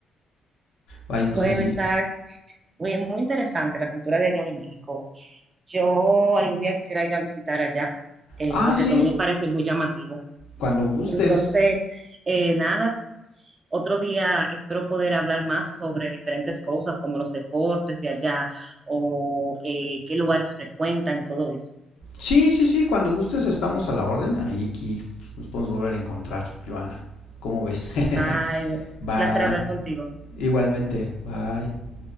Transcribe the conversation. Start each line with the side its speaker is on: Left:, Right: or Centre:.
Left: Ay, no
Right: Bueno,
Left: sé si...
Right: Isaac. Oye, muy interesante la cultura de allá de México. Yo algún día quisiera ir a visitar allá, eh,
Left: Ah,
Right: porque
Left: sí,
Right: todo me parece muy llamativo.
Left: cuando gustes.
Right: Entonces, eh, nada, otro día espero poder hablar más sobre diferentes cosas como los deportes de allá o eh, qué lugares frecuentan, todo eso.
Left: Sí, sí, sí, cuando gustes estamos a la orden. Ahí aquí pues, nos podemos volver a encontrar, Joana. ¿Cómo ves?
Right: Ay,
Left: <laughs>
Right: un
Left: bye.
Right: placer hablar contigo.
Left: Igualmente, bye.